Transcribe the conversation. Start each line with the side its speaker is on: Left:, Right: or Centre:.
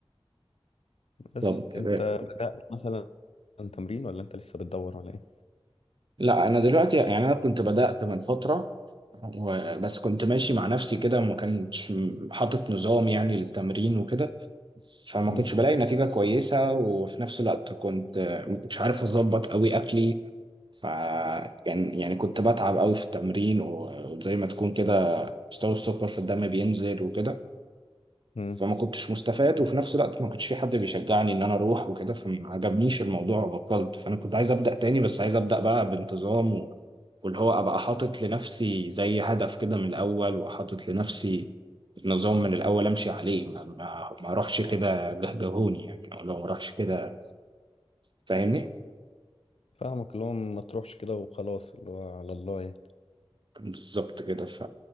Left: بس
Right: طب آه،
Left: انت مثلا تمرين ولا انت لسه بتدور ولا ايه
Right: لا أنا دلوقتي يعني أنا كنت بدأت من فترة و- بس كنت ماشي مع نفسي كده ما كانش م- حاطط نظام يعني للتمرين وكده فما
Left: مم.
Right: كنتش بلاقي نتيجة كويسة وفي نفس الوقت كنت آه، ما كنتش عارف أظبط أوي أكلي فكان يعني كنت بتعب أوي في التمرين و- وزي ما تكون كده مستوى السكر في الدم بينزل وكده
Left: مم.
Right: فما كنتش مستفاد وفي نفس الوقت ما كانش في حد بيشجعني ان انا اروح وكده فما عجبنيش الموضوع وبطلت فانا كنت عايز ابدا تاني بس عايز ابدا بقى بانتظام و- واللي هو ابقى حاطط لنفسي زي هدف كده من الاول وحاطط لنفسي نظام من الاول امشي عليه ما, ما, ما اروحش كده جهجهوني يعني او لو ما اروحش كده فاهمني
Left: فاهمك اللي هو ما تروحش كده وخلاص اللي هو على الله يعني
Right: بالظبط كده ف